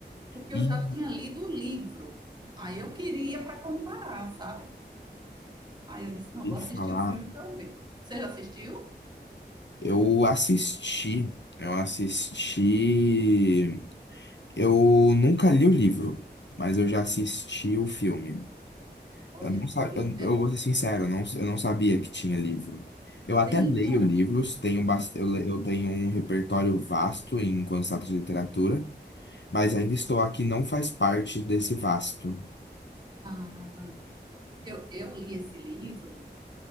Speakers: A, on the right (about 25°); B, on the left (about 80°).
A: porque
B: Ih,
A: eu já tinha lido o livro. Aí eu queria para comparar, sabe? Aí eu disse, não,
B: e
A: vou
B: falar,
A: assistir o filme para eu ver. Você já assistiu?
B: eu assisti, eu assisti, eu nunca li o livro, mas eu já assisti o filme.
A: Olha,
B: Eu, não, sa-
A: foi.
B: eu eu
A: é,
B: vou ser sincero, eu não, eu não sabia que tinha livro. Eu até
A: tem,
B: leio
A: tem um,
B: livros,
A: tem um livro.
B: tenho, bas- eu, le- eu tenho um repertório vasto em quando se trata de literatura, mas ainda estou aqui, não faz parte desse vasto.
A: Ah, é porque eu, eu li esse livro,